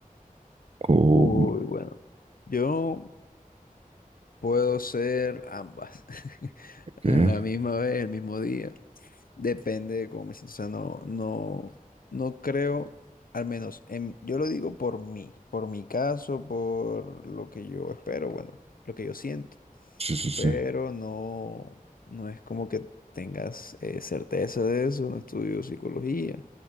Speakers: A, on the right (about 45°); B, on the left (about 75°).
A: ¿O
B: Uy, bueno, yo puedo ser ambas <laughs>
A: qué?
B: a la misma vez, el mismo día, depende de cómo me siento. O sea, no, no, no creo, al menos en- yo lo digo por mí, por mi caso, por lo que yo espero, bueno, lo que yo siento,
A: Sí, sí, sí.
B: pero no, no es como que tengas eh, certeza de eso. No estudio psicología,